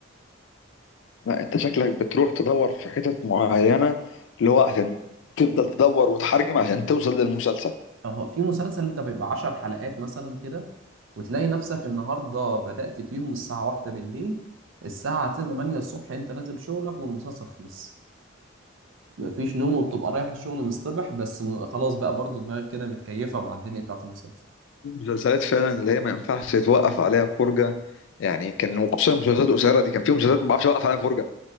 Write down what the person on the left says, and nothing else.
لا انت شكلك بتروح تدور في حتت معينه اللي هو عشان تفضل تدور وتحرجم عشان توصل للمسلسل
المسلسلات فعلا اللي هي ما ينفعش تتوقف عليها فرجه يعني كان وخصوصا المسلسلات القصيره دي كان في مسلسلات ما بعرفش اوقف عليها فرجه